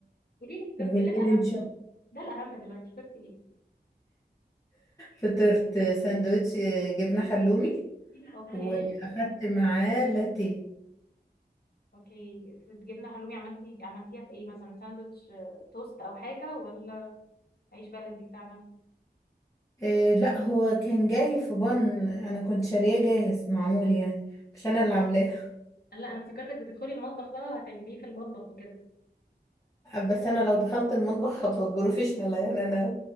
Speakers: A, on the left (about 65°); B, on the left (about 20°).
A: قولي لي فطرتي
B: وبالليل
A: ده الأهم
B: ان شاء الله
A: ده الأهم دلوقتي فطرتي ايه؟
B: فطرت ساندوتش آه، جبنه حلومي
A: اوكي
B: واخدت معاه لاتيه
A: اوكي فطرنا حلومي عملتي عملتيها في ايه مثلا ساندوتش آه، توست او حاجة ولا عيش بلدي بتاعنا؟
B: آه لا هو كان جاي في بن انا كنت شارياه جاهز معمول يعني مش انا اللي عاملاه
A: لا انا افتكرتك بتدخلي المطبخ بقى وهتعمليه في المطبخ وكده
B: بس انا لو دخلت المطبخ <laughs> هبقى بروفيشنال يعني انا